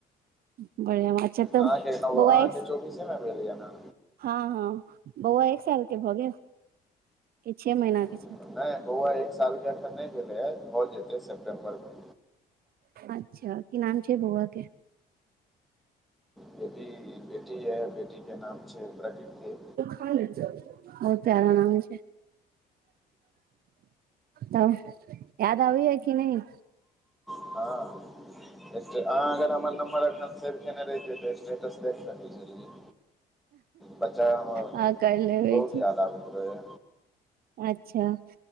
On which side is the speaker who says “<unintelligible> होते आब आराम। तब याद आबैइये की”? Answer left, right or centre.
Right